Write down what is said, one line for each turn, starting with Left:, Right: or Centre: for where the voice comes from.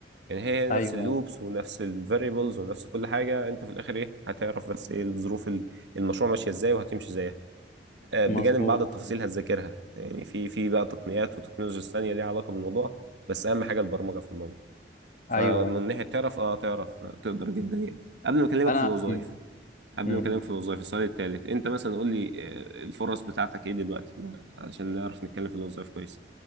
Right: يعني هي هي
Left: ايوه
Right: نفس اللوبس
Left: ايوه
Right: ونفس الفاريبلز ونفس كل حاجه انت في الاخر ايه هتعرف بس ايه الظروف ال- المشروع ماشيه ازاي وهتمشي ازاي آه،
Left: مظبوط
Right: بجانب بعض التفاصيل
Left: أمم.
Right: هتذاكرها يعني في في بقى تقنيات وتكنولوجيا ثانيه ليها علاقه بالموضوع بس اهم حاجه البرمجه في الموضوع فمن
Left: ايوه ايوه
Right: ناحيه تعرف اه تعرف آه، تقدر جدا يعني قبل ما اكلمك
Left: انا
Right: في الوظائف
Left: أمم.
Right: قبل
Left: أمم.
Right: ما اكلمك
Left: إمم.
Right: في الوظائف السؤال التالت انت مثلا قول لي آه، الفرص بتاعتك ايه دلوقتي ما- علشان نعرف نتكلم في الوظائف كويس